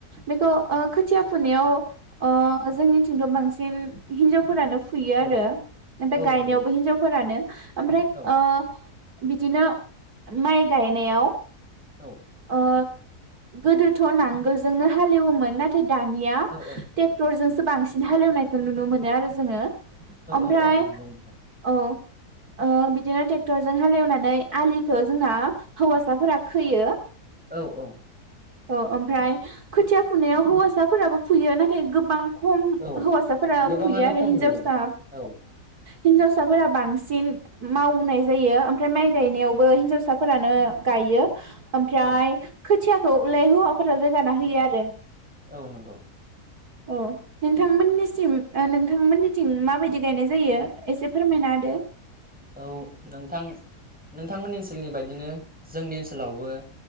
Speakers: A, on the right (about 70°); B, in the centre.
A: बेखौ ओ खोथिया फोनायाव ओ जोंनिथिंथ' बांसिन हिनजावफोरानो फुयो आरो
B: औ
A: ओमफाय
B: औ
A: गायनायावबो
B: नंगौ
A: हिनजावफोरानो ओमफ्राय
B: औ
A: ओ बिदिनो माइ गायनायाव
B: औ
A: ओ गोदोथ' नांगोलजोंनो हालेवोमोन नाथाय दानिया
B: औ
A: ट्रेक्टरजोंसो बांसिन हालेवनायखौ नुनो मोनो आरो जोङो
B: औ
A: ओमफ्राय
B: औ औ नंगौ नोंथां
A: औ ओ बिदिनो टेक्टरजों हालेवनानै आलिखौ जोंना हौवासाफोरा खोयो
B: औ औ
A: औ ओमफ्राय खोथिया फुनायाव हौवासाफोराबो फुयो नाथाय गोबां खम
B: औ
A: हौवासाफोरा
B: गोबाङानो
A: फुयो आरो
B: खम
A: हिन्जावसा
B: नुयो औ
A: हिनजावसाफोरा बांसिन मावनाय जायो ओमफ्राय माइ गायनायावबो हिन्जावसाफोरानो गाय यो ओमफ्राय
B: औ
A: खोथियाखौलाय हौवाफोरा रोगाना होयो आरो
B: औ नंगौ
A: औ नोंथांमोननिसिम ओ नोंथांमोननिथिं माबायदि गायनाय जायो एसे फोरमायना होदो
B: औ नोंथां नोंथांमोननि ओनसोलनि बायदिनो जोंनि ओनसोलावबो